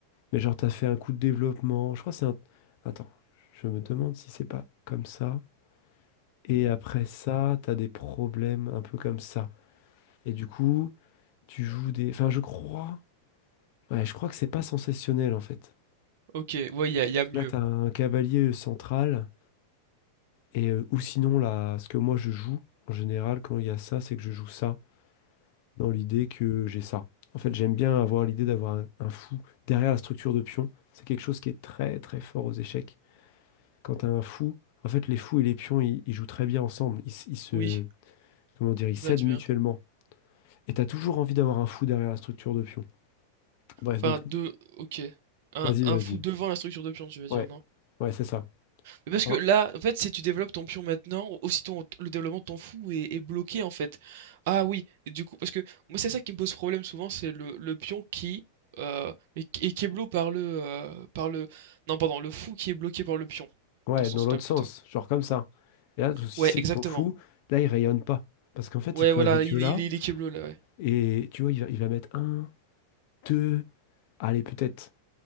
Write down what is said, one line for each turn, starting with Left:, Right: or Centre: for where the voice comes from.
Left: mais genre, t'as fait un coup de développement. Je crois que c'est un... Attends, je me demande si c'est pas comme ça. Et après ça, t'as des problèmes un peu comme ça. Et du coup, tu joues des... Enfin, je crois... Ouais, je crois que c'est pas sensationnel, en fait.
Right: OK, ouais, il y a,
Left: Parce
Right: y a mieux.
Left: que là, t'as un cavalier euh, central, et euh, ou sinon, là, ce que moi, je joue, en général, quand il y a ça, c'est que je joue ça, dans l'idée que j'ai ça. En fait, j'aime bien avoir l'idée d'avoir un, un fou derrière la structure de pion. C'est quelque chose qui est très, très fort aux échecs. Quand t'as un fou, en fait, les fous et les pions, ils, ils jouent très bien ensemble. Ils, s- ils se...
Right: Oui,
Left: Comment dire? Ils
Right: il
Left: s'aident
Right: match bien.
Left: mutuellement. Et t'as toujours envie d'avoir un fou derrière la structure de pion. Bref,
Right: Enfin,
Left: donc,
Right: deux, ok. Un,
Left: vas-y,
Right: un
Left: vas-y.
Right: fou devant la structure de pion, tu veux dire,
Left: Ouais,
Right: non?
Left: ouais, c'est ça.
Right: Mais parce
Left: Hein
Right: que là, en fait, si tu développes ton pion maintenant, aussi ton, le développement de ton fou est, est bloqué, en fait. Ah oui, et du coup, parce que moi, c'est ça qui me pose problème souvent, c'est le, le pion qui euh, est, est qui bloqué par le, euh, par le... Non, pardon, le fou qui est bloqué par le pion,
Left: ouais,
Right: dans ce
Left: dans
Right: sens-là,
Left: l'autre
Right: plutôt.
Left: sens, genre comme ça. Et là, le souci,
Right: Ouais,
Left: c'est
Right: exactement.
Left: que ton fou, là, il rayonne pas. Parce qu'en fait,
Right: Ouais,
Left: il peut
Right: voilà,
Left: aller que
Right: il,
Left: là.
Right: il il est l'équipe bleue là, ouais.
Left: Et tu vois, il va, il va mettre un, deux, allez, peut-être